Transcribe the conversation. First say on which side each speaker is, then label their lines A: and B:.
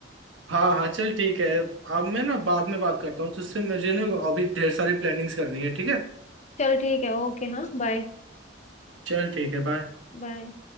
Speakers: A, on the right; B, on the left.
A: हाँ हाँ चल ठीक है अब मैं ना बाद में बात करता हूँ तुझसे मुझे ना अभी ढेर सारी प्लानिंग्स करनी है ठीक है
B: चल ठीक है ओके हाँ बाय
A: चल ठीक है बाय
B: बाय